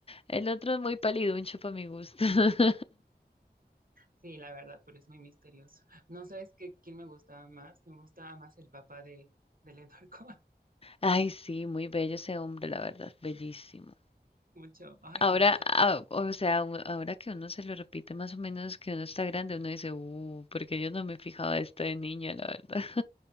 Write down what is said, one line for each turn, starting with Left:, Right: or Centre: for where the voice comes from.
Left: el otro es muy paliduncho para mi gusto. <laughs>
Right: Sí, la verdad, pero es muy misterioso. No sabes qué, quién me gustaba más. Me gustaba más el papá de, del Edward Cullen.
Left: Ay, sí, muy bello ese hombre, la verdad, bellísimo.
Right: <laughs> Mucho. Ay,
Left: Ahora,
Right: no. oja-
Left: ah, o sea, u- ahora que uno se lo repite más o menos que uno está grande, uno dice, uh, porque yo no me fijaba esto de niña, la verdad.